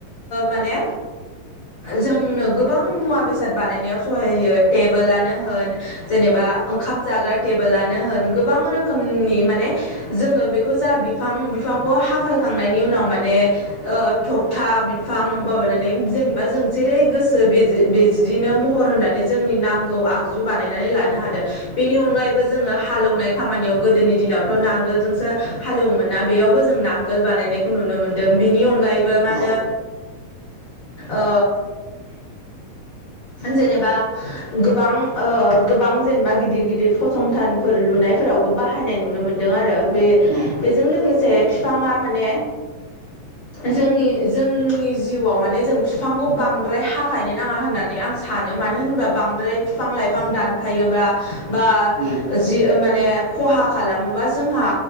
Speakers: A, on the left; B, on the right.
A: माने जोंनो गोबां मुवा बेसाद बानायनायाव सहाय होयो टेबोलानो होन जेनेबा ओंखाम जाग्रा टेबोलानो होन गोबां रोखोमनि माने जोङो बेखौ जा बिफां बिफांखौ हाफायखांनायनि उनाव माने थबथा बिफां माबानानै जेनेबा जों जेरै गोसो बिदिनो महर होनानै जोंनि नांगौ आगजु बानायनानै लानो बेनि अनगायैबो जोङो हालेवनाय खामानियाव गोदोनि दिनावथ' नांगोलजोंसो हालेवो मोन बेयावबो जों नांगोल बानायनायखौ नुनो मोनदों बिनि अनगायैबो मा होनो
B: औ
A: ओ जेनेबा गोबां ओ गोबां जेनेबा गिदिर गिदिर फसंथानफोर लुनायफोरावबो बाहायनाय नुनो मोनदों आरो बे
B: उम
A: बेजों लोगोसे बिफाङा माने जोंनि जोंनि जिउआव माने जों बिफांखौ बांद्राय हाफायनो नाङा होननानै आं सानो मानो होनब्ला बिफां लाइफां थांफायोबा बा
B: उम
A: जि मा खहा खालामोबा जोंहा